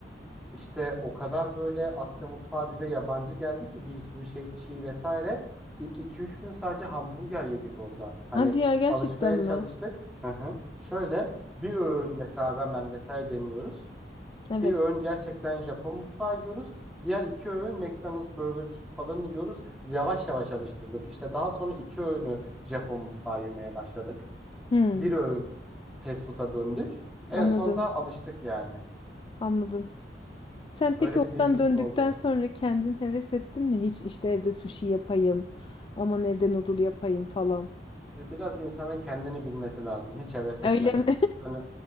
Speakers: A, in the centre; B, on the left.
A: İşte o kadar böyle Asya mutfağı bize yabancı geldi ki bir sürü şey çiğ vesaire. İlk iki üç gün sadece hamburger yedik orada. Hani
B: Hadi ya gerçekten
A: alışmaya
B: mi?
A: çalıştık. Hı hı. Şöyle bir öğün mesela ramen vesaire deniyoruz.
B: Evet.
A: Bir öğün gerçekten Japon mutfağı yiyoruz. Diğer iki öğün McDonald's, Burger King falan yiyoruz. Yavaş yavaş alıştırdık. İşte daha sonra iki öğünü Japon mutfağı yemeye başladık.
B: Hmm.
A: Bir öğün fast food'a döndük. En
B: Anladım,
A: son da alıştık yani.
B: anladım. Sen
A: Öyle
B: peki oradan
A: bir değişik
B: döndükten
A: oldu.
B: sonra kendin heves ettin mi? Hiç işte evde sushi yapayım, aman evde noodle yapayım falan.
A: Şimdi biraz insanın kendini bilmesi lazım. Hiç heves
B: Öyle
A: etmedim.
B: mi?
A: Hani